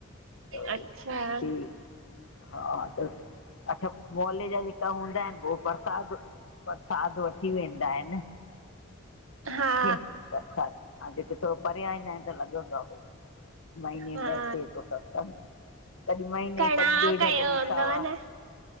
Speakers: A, on the left; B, on the right.
A: त वरी
B: अच्छा।
A: ठीकु हा, त अठ मोहल्ले जा जेका हूंदा आहिनि हो प्रसाद प्रसाद वठी वेंदा आहिनि हुनखे
B: हा
A: प्रसाद हा, जेके थोरो परियां ईंदा आहिनि त लॻंदो आहे भई महीने
B: हा
A: में अचे थो त कॾहिं महीने,
B: कणा
A: कॾहिं ॾेढ,
B: कयो
A: कॾहिं
B: हूंदव
A: सावा।
B: न